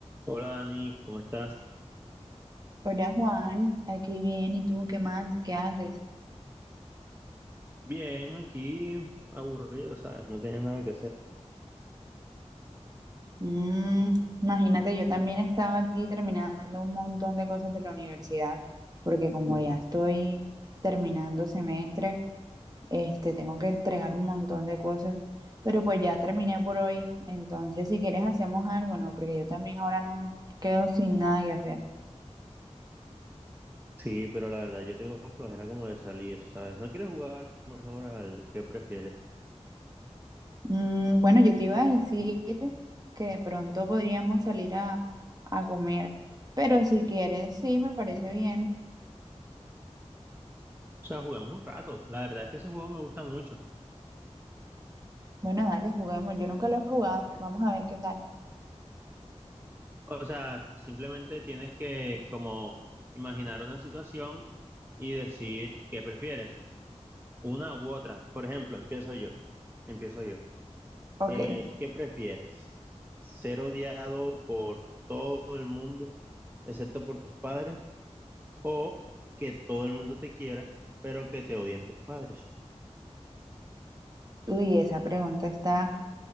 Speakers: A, on the right; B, on the right.
A: Hola Dani, ¿cómo estás?
B: Hola Juan, aquí bien, ¿y tú qué más? ¿Qué haces?
A: Bien, aquí aburrido, ¿sabes? No tenía nada que hacer.
B: Mm, imagínate, yo también estaba aquí terminando un montón de cosas de la universidad, porque como ya estoy terminando semestre, este, tengo que entregar un montón de cosas, pero pues ya terminé por hoy, entonces si quieres hacemos algo, ¿no? Porque yo también ahora no quedo sin nada que hacer.
A: Sí, pero la verdad, yo tengo flojera como de salir, ¿sabes? ¿No quieres jugar mejor al que prefieres?
B: Mm, bueno, yo te iba a decir que de pronto podríamos salir a, a comer, pero si quieres, sí, me parece bien.
A: O sea, juguemos un rato. La verdad es que ese juego me gusta mucho.
B: Bueno, dale, juguemos. Yo nunca lo he jugado. Vamos a ver qué tal.
A: O sea, simplemente tienes que como imaginar una situación y decir qué prefieres, una u otra. Por ejemplo, empiezo yo, empiezo yo.
B: Ok.
A: Eh, ¿qué prefieres? ¿Ser odiado por todo el mundo, excepto por tus padres? O que todo el mundo te quiera, pero que te odien tus padres.
B: Uy, esa pregunta está